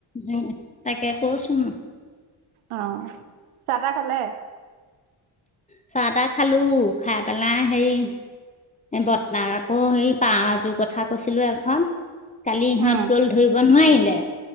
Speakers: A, on the left; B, on the right.
A: উম তাকে কৈচোং
B: অ চাহ তাহ খালে।
A: চাহ তাহ খালো খাই পেলাই হেৰি এই বৰ্তাক আকৌ সেই পাৰ এযোৰ কথা কৈছিলো এখন কালি ইহঁত
B: উম,
A: গ'ল ধৰিব নোৱাৰিলে